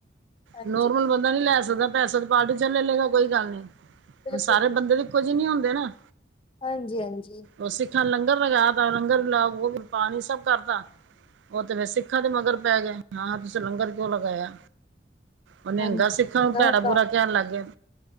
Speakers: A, on the left; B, on the right.
A: ਹਾਂਜੀ।
B: ਨੋਰਮਲ ਬੰਦਾ ਨੀ ਲੈ ਸਕਦਾ, ਪੈਸਾ ਤੇ ਬਾਅਦ 'ਚ ਲੈ ਲੇਗਾ ਕੋਈ ਗੱਲ ਨਹੀਂ।
A: ਬਿਲਕੁਲ
B: ਹੁਣ ਸਾਰੇ ਬੰਦੇ ਤੇ ਇੱਕੋ ਜੇ ਨੀ ਹੁੰਦੇ ਨਾ?
A: ਹਾਂਜੀ-ਹਾਂਜੀ।
B: ਓ ਸਿੱਖਾਂ ਨੇ ਲੰਗਰ ਲਗਾਤਾ। ਲੰਗਰ <unintelligible> ਪਾਣੀ ਸਭ ਕਰਤਾ। ਓ ਤੇ ਫੇਰ ਸਿੱਖਾਂ ਦੇ ਮਗਰ ਪੈ ਗਏ! ਹਾਂ, ਤੁਸੀਂ ਲੰਗਰ ਕਿਉਂ ਲਗਾਇਆ? ਓ ਨਿਹੰਗਾਂ
A: ਹਾਂਜੀ
B: ਸਿੱਖਾਂ
A: ਕਿੰਨਾ
B: ਨੂੰ ਭੈੜਾ-ਬੁਰਾ
A: ਹੰਗਾਮਾ
B: ਕਹਿਣ
A: ਹੋਇਆ
B: ਲੱਗ ਗਏ!